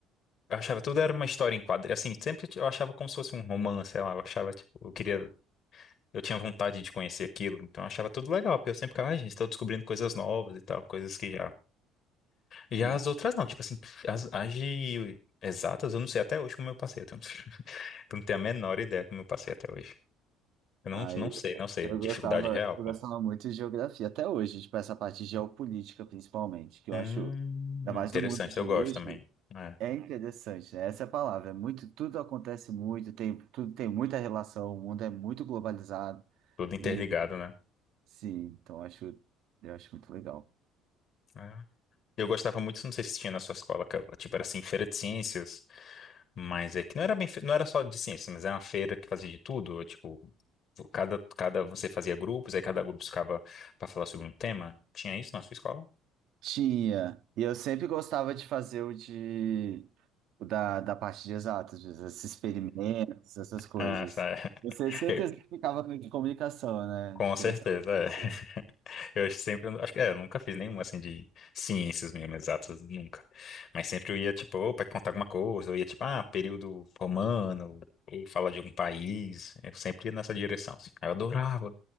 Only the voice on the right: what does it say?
Hum.
Ai,
eu
gostava,
eu
gostava muito de geografia, até hoje, tipo, essa parte de geopolítica, principalmente, que
eu acho, ainda mais
no mundo de
hoje,
é interessante, né? Essa é a palavra. É muito, tudo acontece muito, tem, tudo tem muita relação, o mundo é muito globalizado.
E
sim, então eu acho, eu acho muito legal.
Tinha. E eu sempre gostava de fazer o de o da, da parte de exatas, esses experimentos, essas coisas.
Você tem certeza
que ficava de comunicação, né?
De conversar
com as pessoas.